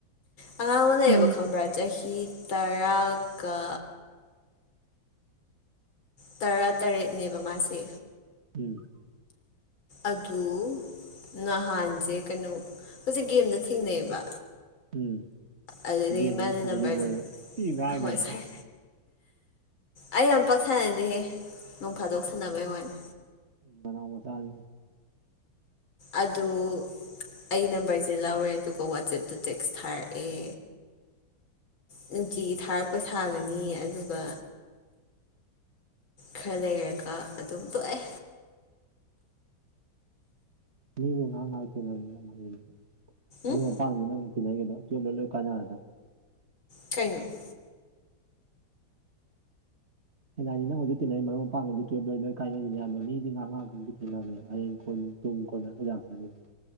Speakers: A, on the left (about 90°); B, on the right (about 35°).
A: ꯑꯉꯥꯡ ꯑꯃ ꯂꯩꯌ‌ꯦꯕ
B: ꯎꯝ
A: ꯈꯪꯕ꯭ꯔꯥ ꯆꯍꯤ ꯇꯔꯥꯒ ꯇꯔꯥ ꯇꯔꯦꯠꯅꯦꯕ ꯃꯥꯁꯦ
B: ꯎꯝ
A: ꯑꯗꯨ ꯅꯍꯥꯟꯁꯦ ꯀꯩꯅꯣ ꯍꯧꯣꯏꯁꯛ ꯒꯦꯝꯗ ꯊꯦꯡꯅꯩꯑꯕ
B: ꯎꯝ
A: ꯑꯗꯨꯗꯒꯤ
B: ꯒꯦꯝꯒꯁꯨ
A: ꯃꯥꯅ
B: ꯁꯥꯟꯅꯔꯤꯕ
A: ꯅꯝꯕꯔꯁꯦ
B: ꯑꯣꯏꯔꯦ ꯊꯤ ꯉꯥꯡꯉꯤꯗꯨꯗꯤ
A: ꯍꯣꯏ ꯁꯥꯏ ꯑꯩ ꯑꯃ ꯄꯛ ꯁꯥꯟꯅꯁꯦ ꯅꯣꯡ ꯐꯥꯗꯣꯛ ꯁꯥꯟꯅꯕꯩ ꯋꯥꯅꯤ
B: ꯗꯥꯝꯕꯗꯥꯜ
A: ꯑꯗꯨ ꯑꯩ ꯅꯝꯕꯔꯁꯦ ꯂꯧꯔꯦ ꯑꯗꯨꯒ ꯋꯥꯆꯦꯞꯇ ꯇꯦꯛꯁ ꯊꯥꯔꯛꯑꯦ ꯅꯨꯡꯇꯤꯒꯤ ꯊꯥꯔꯛꯄ ꯁꯥꯒꯅꯤ ꯑꯗꯨꯒ ꯈꯔ ꯂꯩꯔꯒ ꯑꯗꯨꯝ ꯇꯣꯛꯑꯦ
B: ꯃꯤꯕꯨ ꯉꯥꯏꯍꯥꯛ ꯉꯥꯏꯍꯥꯛ <unintelligible> ꯃꯔꯨꯞ
A: ꯎꯝ
B: ꯃꯄꯥꯡꯗꯨ ꯅꯪ ꯇꯤꯟꯅꯈꯤꯕꯗ‌ꯣ <unintelligible>
A: ꯀꯩꯅꯣ
B: ꯑꯩꯅ ꯍꯥꯏꯗꯤ ꯅꯪ ꯍꯧꯖꯤꯛ ꯊꯤꯟꯅꯩ ꯃꯔꯨꯞ ꯃꯄꯥꯡ ꯒꯩꯗꯨ ꯇꯨꯌꯦꯞ ꯂꯣꯏꯔ ꯂ‌ꯣꯏ ꯀꯥꯏꯅꯈꯤꯅꯤ ꯍꯥꯏꯕꯥ ꯃꯤꯗꯤ ꯉꯥꯏꯍꯛ ꯉꯥꯏꯍꯛ‌ꯀꯤ ꯁꯨꯝ ꯇꯤꯟꯅꯕꯅ‌ꯦꯕ ꯍꯌꯦꯡ ꯀꯣꯟꯅ ꯇꯨꯡ ꯀꯣꯏꯅꯗ ꯌꯥꯝ ꯐꯈꯤꯅꯤ